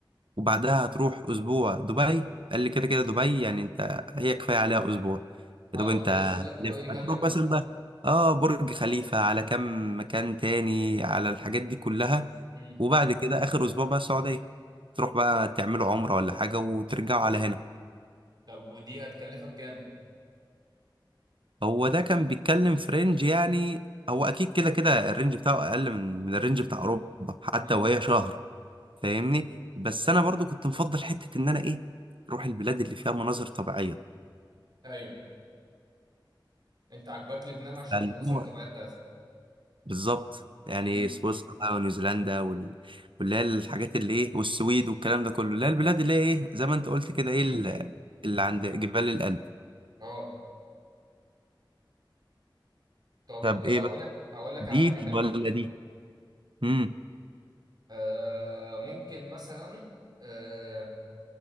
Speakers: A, on the right; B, on the right.
A: وبعدها هتروح اسبوع دبي قال لي كده كده دبي يعني انت هي كفايه عليها اسبوع يا
B: انا
A: دوب انت
B: كنت
A: هتلف
B: لسه اقول لك دبي
A: هتروح
B: غالية موت
A: مثلا بقى اه برج خليفه على كم مكان تاني على الحاجات دي كلها
B: مم.
A: وبعد كده اخر اسبوع بقى السعوديه تروح بقى تعملوا عمره ولا حاجه وترجعوا على هنا
B: طب ودي هتكلفك كام؟
A: هو ده كان بيتكلم في رينج يعني هو اكيد كده كده الرينج بتاعه اقل من من الرينج بتاع اوروبا حتى
B: امم
A: وهي شهر فاهمني بس انا برضو كنت مفضل حته ان انا ايه اروح البلاد اللي فيها مناظر طبيعيه
B: ايوه انت عاجباك لبنان عشان
A: فاللي
B: المناظر
A: هو
B: الطبيعيه بتاعتها
A: بالظبط يعني
B: امم
A: سويسرا بقى ونيوزيلندا وال- واللي هي الحاجات اللي ايه والسويد والكلام ده كله اللي هي البلاد اللي هي ايه زي ما انت قلت كده ايه ال- اللي عند جبال الألب
B: اه طب
A: طب ايه
B: اقول
A: بقى
B: لك اقول لك
A: دي
B: على حاجه حلوه
A: ولا دي امم
B: آه ممكن مثلا آه